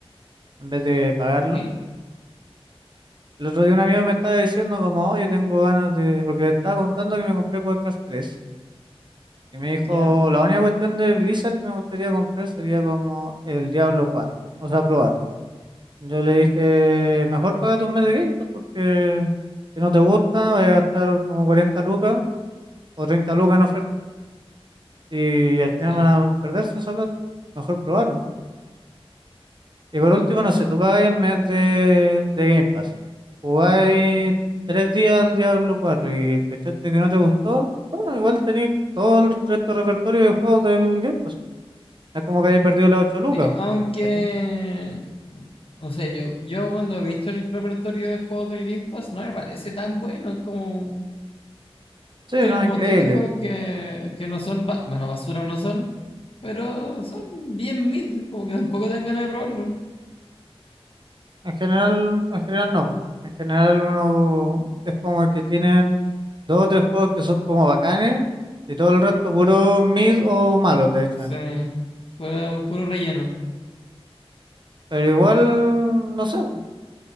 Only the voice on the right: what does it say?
en vez de pagarlo.
El otro día un amigo me estaba diciendo como, oye, tengo ganas de... Porque le estaba contando que me compré Warcraft tres Y me dijo,
la única cuestión de Blizzard que me gustaría comprar sería como el Diablo 4, o sea, probar. Yo le dije, mejor paga un mes de Game Pass porque si no te gusta, vas a gastar como 40 lucas o 30 lucas en oferta y al final
van a perderse esa plata. Mejor probarlo. Y por último, no sé, tú pagas el mes de, de Game Pass, jugáis tres días al Diablo 4 y cachaste que no te gustó, bueno, igual tenéis todo el resto del repertorio de juegos del Game Pass. No es como que haya perdido las ocho lucas,
¿cachai?
Sí,
no,
es
increíble.
En general, en general no. po. En general uno es como que tienen dos o tres juegos que son como bacanes y todo el resto puro mid o malos, de hecho.
Pero igual, no sé, po.